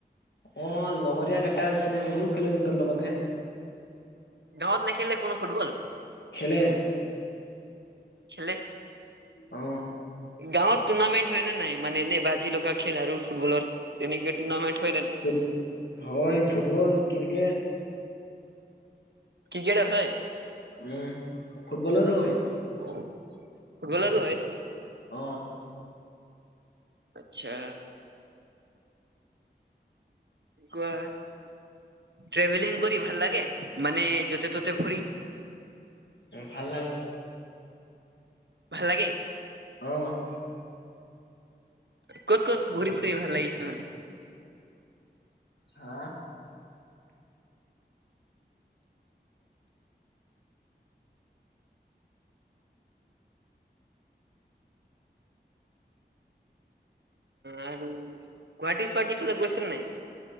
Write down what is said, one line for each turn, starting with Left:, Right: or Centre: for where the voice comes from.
Left: অ' লগৰীয়া কেইটা আছে, ময়ো খেলো হেন্তৰ লগতে।
Right: গাঁওত নেখেলে কোনো ফুটবল।
Left: খেলে।
Right: খেলে।
Left: অহ।
Right: গাঁৱত টুৰ্ণামেণ্ট হয় নে নাই মানে এনেই বাজি লগা খেল আৰু ফুটবলৰ তেনেকে টুৰ্ণামেণ্ট। হয় নে নাই
Left: ফুট হয় ফুটবল ক্ৰিকেট।
Right: ক্ৰিকেটাৰ হয়।
Left: উম ফুটবলাৰো হয়।
Right: অ ফুটবলাৰো হয়।
Left: অ।
Right: আচ্ছা, কোৱা। ট্ৰেভেলিং কৰি ভাল লাগে মানে য'তে ত'তে ফুৰি।
Left: ভাল লাগে।
Right: ভাল লাগে
Left: অ'।
Right: ক'ত - ক'ত ঘূৰি ফুৰি ভাল লাগিছে মানে?
Left: হা?
Right: আৰু গোৱাটি - ছুৱাটি ফালে গৈছেন নাই?